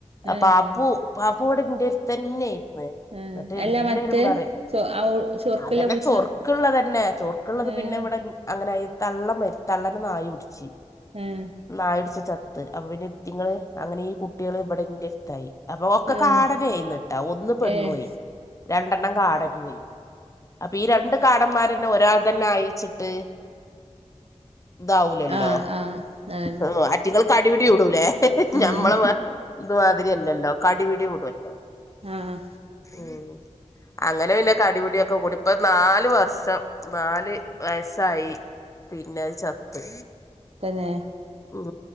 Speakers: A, on the right (about 55°); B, on the left (about 25°).
A: ഏഹ്
B: പാപ്പു പാപ്പൂ കൂടെ എന്റെ അടുത്ത് തന്നൊയിയിും എന്ന്
A: ഏഹ്
B: എല്ലരും
A: അല്ല മറ്റേ
B: പറയും
A: ചോ ആ ചൊർക്ക്ല്ല
B: അതന്നെ
A: പൂച്ച
B: ചൊർക്കുള്ളത്ന്നെ ചോർക്കുള്ളത്
A: ഏഹ്
B: പിന്നെ ഇവിടെ അങ്ങനെ തള്ള തള്ളന നായ കുടിിച്ച
A: ഏഹ്
B: നായ ഉടിച്ച അെ നിങ്ങള്ൾ അങ്ങനെ ഈ കുട്ടികൾ ഇവിടെ ഇായി അപ്പൊ ഒക്കെ
A: ഏഹ്
B: കാടന ആയിന്നിട്ടാ ഒന്ന് പെണ്ണു
A: ഏഹ്
B: കഴു രണ്ടെണ്ണം കാടന വരുന്നു <unintelligible> അപ്പൊ ഈ രണ്ട് കാടന്മാരന്നെ ഒരാൾ തന്നെ അയിച്ചിട്ട് ഇതാവലല്ലോ
A: ആഹ് ആഹ് അതന്നെ
B: ആ ആറ്റുങ്ങൾക്ക് അടിപിടി വിടൂലേ ഞമ്മളെ
A: ഉം
B: ഇന്ത്മാതിരിയല്ലല്ലോ കടിപടി വിടുല്ലോ
A: ആഹ്
B: ഉ
A: <unintelligible>
B: അങ്ങനെ പിന്നെ ക അടിപിടൊക്കെ കൂടി ഇപ്പ നാാല വർഷം നാല് വയസായി പിന്നെ അത് ചത്ത്
A: തന്നെ
B: ഉ